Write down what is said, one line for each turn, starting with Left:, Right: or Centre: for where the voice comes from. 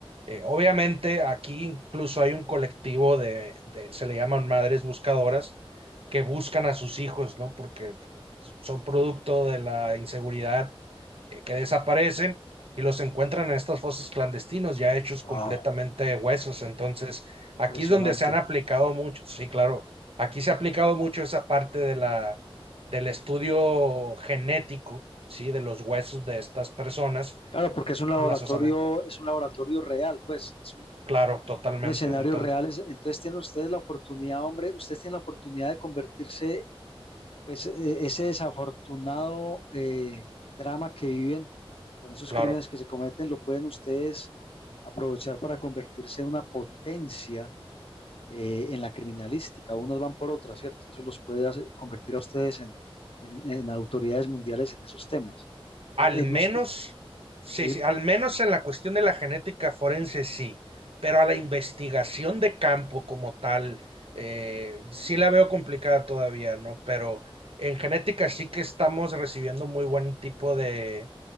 Right: eh, obviamente aquí incluso hay un colectivo de, de, se le llaman madres buscadoras, que buscan a sus hijos, ¿no? Porque son producto de la inseguridad eh, que desaparecen y los encuentran en estas fosas clandestinos, ya hechos
Left: wow.
Right: completamente de huesos. Entonces, aquí
Left: Impresionante.
Right: es donde se han aplicado mucho, sí, claro, aquí se ha aplicado mucho esa parte de la, del estudio genético, sí, de los huesos de estas personas,
Left: Claro, porque es un laboratorio,
Right: no las osamentas.
Left: es un laboratorio real, pues, es un,
Right: Claro, totalmente.
Left: un escenario
Right: Entonces,
Left: real. es- entonces tienen ustedes la oportunidad, hombre, ustedes tienen la oportunidad de convertirse, pues, e- ese desafortunado eh, drama que viven con esos
Right: claro.
Left: crímenes que se cometen, lo pueden ustedes aprovechar para convertirse en una potencia eh, en la criminalística. Unas van por otras, ¿cierto? Eso los puede hacer- convertir a ustedes en, en- en autoridades mundiales en esos temas.
Right: Al
Left: Eh, eh,
Right: menos,
Left: no- sé.
Right: sí,
Left: sí.
Right: sí, al menos en la cuestión de la genética forense sí, pero a la investigación de campo como tal, eh, sí la veo complicada todavía, ¿no? Pero en genética sí que estamos recibiendo muy buen tipo de,